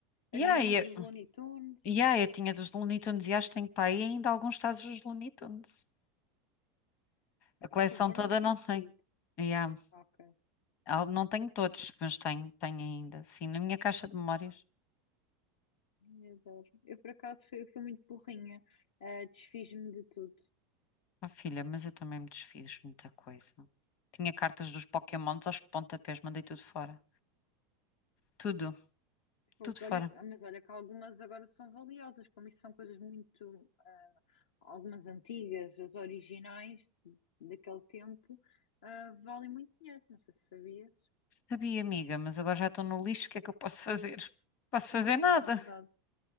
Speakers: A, on the left; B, on the left.
A: E
B: havia
A: aí,
B: uns dos
A: eu,
B: Looney Tunes.
A: e aí, eu tinha dos Looney Tunes e acho que tenho para aí ainda alguns tazos dos Looney Tunes. A coleção
B: Pô, guardaste
A: toda não
B: isso
A: tenho.
B: tudo.
A: E há-
B: Ok,
A: não tenho todos, mas tenho, tenho ainda. Sim, na minha caixa de memórias.
B: eu adoro. Eu por acaso fui, fui muito burrinha, Ah, desfiz-me de tudo.
A: Ah, filha, mas eu também me desfiz de muita coisa. Tinha cartas dos Pokémons aos pontapés, mandei tudo fora. Tudo,
B: Fogo,
A: tudo fora.
B: olha, que- mas olha que algumas agora são valiosas, como isso são coisas muito, ah, algumas antigas, as originais daquele tempo, ah, valem muito dinheiro, não sei se sabias.
A: Sabia, amiga, mas agora já estou no lixo, o que é que eu posso fazer? Posso
B: Depois
A: fazer nada.
B: também é verdade.